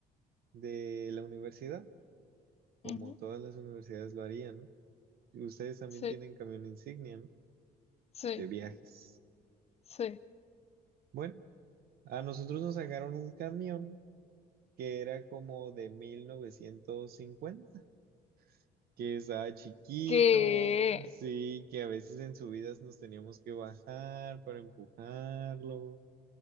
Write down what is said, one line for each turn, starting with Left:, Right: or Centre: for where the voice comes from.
Right: de la universidad, como
Left: Ujú,
Right: todas las universidades lo harían, ¿no? Ustedes también
Left: Sí,
Right: tienen camión insignia, ¿no?
Left: sí,
Right: De viajes.
Left: sí.
Right: Bueno, a nosotros nos sacaron un camión que era como de mil novecientos cincuenta que estaba chiquito,
Left: ¿Qué?
Right: sí, que a veces en subidas nos teníamos que bajar para empujarlo,